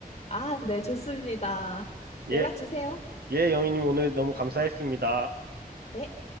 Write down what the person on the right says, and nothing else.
예,
예, 영희님 오늘 너무 감사했습니다.